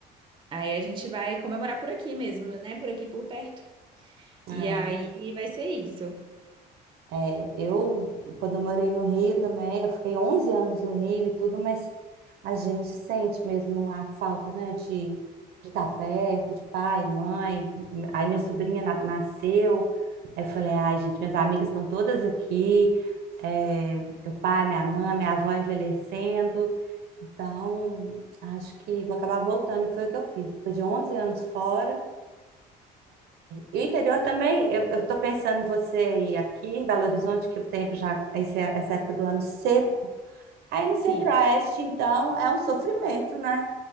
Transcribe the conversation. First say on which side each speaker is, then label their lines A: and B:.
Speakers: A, on the right; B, on the right.
A: Aí a gente vai comemorar por aqui mesmo, né? Por aqui por perto. E
B: É.
A: aí vai ser isso.
B: É, eu, quando eu morei no Rio também, eu fiquei 11 anos no Rio e tudo, mas a gente sente mesmo a falta, né, de, de estar perto, de pai, mãe. Aí minha sobrinha na- nasceu, aí eu falei, ai, gente, minhas amigas estão todas aqui, é, meu pai, minha mãe, minha avó envelhecendo. Então, acho que vou acabar voltando, e foi o que eu fiz. Depois de 11 anos fora, e o interior também, eu estou pensando em você ir aqui em Belo Horizonte, que o tempo já, esse- essa época do ano seco. Aí no Centro-Oeste,
A: Sim,
B: então, é um sofrimento, né?